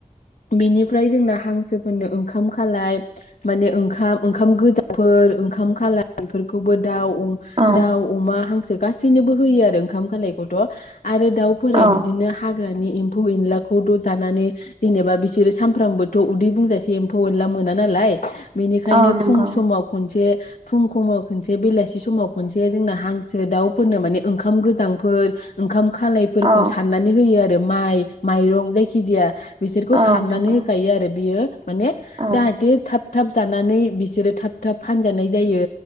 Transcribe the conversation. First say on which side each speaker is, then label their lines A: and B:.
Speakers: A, on the left; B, on the right.
A: बेनिफ्राय जोंना हांसोफोरनो ओंखाम खालाय माने ओंखाम ओंखाम गोजाफोर ओंखाम खालाय बेफोरखौबो दाउ उ
B: औ
A: दाव अमा हांसो गासैनोबो होयो आरो ओंखाम खालायखौथ' आरो दाउफोरा
B: औ
A: बिदिनो हा हाग्रानि एम्फौ एनलाखौथ' जानानै जेनेबा बिसोरो सानफ्रामबोथ' उदै बुंजासे एम्फौ एनला मोना नालाय बेनिखायनो
B: औ नंगौ
A: फुं समाव खनसे फुं खमाव खनसे बेलासि समाव खनसे जोंना हांस सो दाउफोरनो माने ओंखाम गोजांफोर ओंखाम खालायफोरखौ
B: औ
A: सारनानै होयो आरो । आरो माइ माइरं जायखि जाया बिसोरखौ
B: औ
A: साननानै
B: नंगौ
A: होखायो आरो बियो माने
B: औ
A: जाहाथे थाब थाब जानानै बिसोरो थाब थाब फानजानाय जायो।